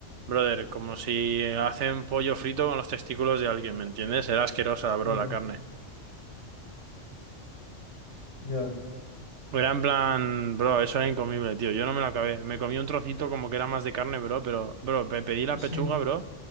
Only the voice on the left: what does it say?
Sí.
Ya.
Sí,